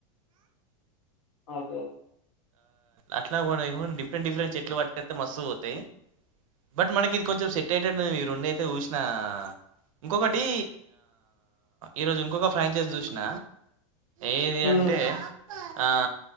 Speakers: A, on the left (about 75°); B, on the right (about 85°).
A: అద
B: అట్లా డిఫరెంట్ డిఫరెంట్ చెట్లు పటుకతే మస్తు పోతాయి బట్ మనకి ఇది కొంచెం సెట్ అయిటట్టు ఈ రెండు అయితే చూసినా ఇంకొకటి ఈరోజు ఇంకొక ఫ్రాంచైజ్ చూసిన ఏది
A: హ్మ్
B: అంటే
A: హ్మ్.
B: ఆ